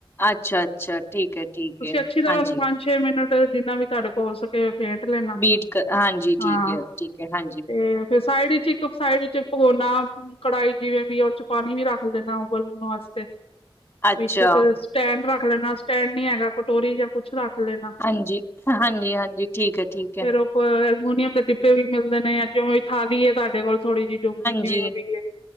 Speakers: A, on the left; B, on the left.
A: ਅੱਛਾ ਅੱਛਾ ਠੀਕ ਹੈ ਠੀਕ
B: ਤੁਸੀਂ
A: ਹੈ
B: ਅੱਛੀ ਤਰ੍ਹਾਂ
A: ਹਾਂਜੀ
B: ਉਹਨੂੰ ਪੰਜ ਛੇ ਮਿੰਟ ਜਿੰਨਾ ਵੀ ਤੁਹਾਡੇ ਤੋਂ ਹੋ ਸਕੇ ਫੈਟ ਲੈਣਾ
A: ਬੀਟ ਕ ਹਾਂਜੀ
B: ਹਾਂ
A: ਠੀਕ ਹੈ ਠੀਕ ਹੈ ਹਾਂਜੀ
B: ਤੇ ਫਿਰ ਸਾਈਡ ਚ ਇੱਕ ਸਾਈਡ ਚ ਪੌ ਕੜਾਹੀ ਜਿਵੇਂ ਵੀ ਉਸ ਚ ਪਾਣੀ ਵੀ ਰੱਖ ਦੇਣਾ ਉਬਲਣ ਵਾਸਤੇ
A: ਅੱਛਾ
B: ਪਿੱਛੇ ਤੇ ਸਟੈਂਡ ਰੱਖ ਦੇਣਾ ਸਟੈਂਡ ਨੀ ਹੈਗਾ। ਕਟੋਰੀ ਜਾਂ ਕੁੱਛ ਰੱਖ ਹ <unintelligible>
A: ਹਾਂਜੀ ਹਾਂਜੀ-ਹਾਂਜੀ ਠੀਕ ਹੈ ਠੀਕ ਹੈ
B: ਫਿਰ ਉਹ ਕੋ ਐਲਮੂਨੀਅਮ ਦੇ ਡਿੱਬੇ ਵੀ ਮਿਲਦੇ ਨੇ ਜਾਂ ਜੋ ਥਾਲੀ ਏ ਤੁਹਾਡੇ ਕੋਲ ਥੋੜੀ ਜਿਹੀ ਜਿਵੇਂ
A: ਜੀ।
B: ਵੀ ਹੈ